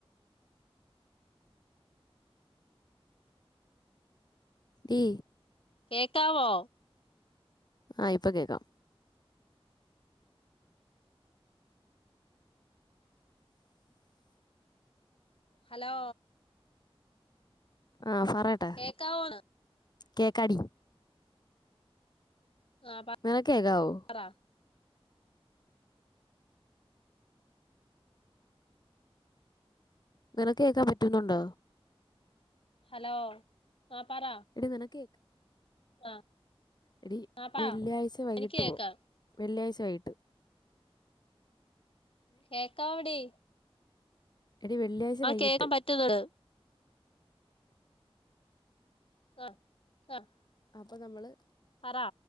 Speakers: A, on the left; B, on the left.
A: ടീ
B: കേക്കാവോ
A: ആഹ് ഇപ്പൊ കേക്കാം
B: ഹലോ
A: ആ ഫറയട്ടെ
B: കേക്കാവോന്ന്
A: കേക്കാടി
B: ആഹ്
A: നിനക്കേക്കാവോ
B: പറ
A: നിനക്ക് കേക്കാൻ പറ്റുന്നുണ്ടോ
B: ഹലോ ആഹ് പറ
A: എടി നിനക്ക് കേക്ക്
B: ആഹ്
A: എടി
B: ആഹ് പറ
A: വെള്ളിയാഴ്ച വൈകിട്ട്
B: എനിക്ക് കേക്കാം
A: പോ വെള്ളിയാഴ്ച്ച വൈട്ട്
B: കേക്കാവടി
A: എടി വെള്ളിയാഴ്ച വൈകിട്ട്
B: കേക്കാൻ പറ്റുന്നുണ്ട് ആഹ് ആഹ്
A: അപ്പൊ നമ്മള്
B: പറ